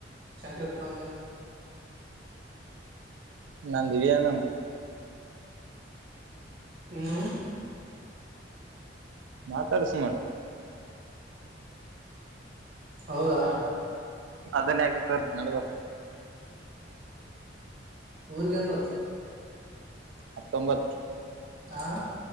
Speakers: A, on the right (about 55°); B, on the right (about 85°).
A: ಸಂಕರಪೂಡಂದೆ
B: ನಾಂದಿ ವೆನು
A: ಹ್ಮ್
B: ಮಾತಾಡ್ಸ <unintelligible>
A: ಹೌದಾ
B: ಅದನ್ನೇಹಕ್ತರ್ ನಳ ಬರ್
A: ಊರ್ಗೆಂದ ಹೊತ್
B: ಹತ್ತೊಂಬತ್
A: ಅಂ